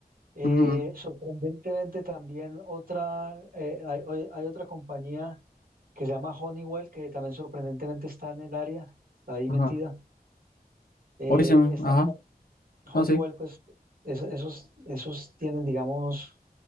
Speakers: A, on the right; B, on the left.
A: eh,
B: Ujú,
A: sorprendentemente también otra, eh, hay, hay- hay otra compañía que se llama Honeywell, que también sorprendentemente está en el área, está ahí
B: Ajá.
A: metida. Eh,
B: Hoy se ajá.
A: está, Honeywell,
B: No sé.
A: pues es- esos, esos tienen, digamos,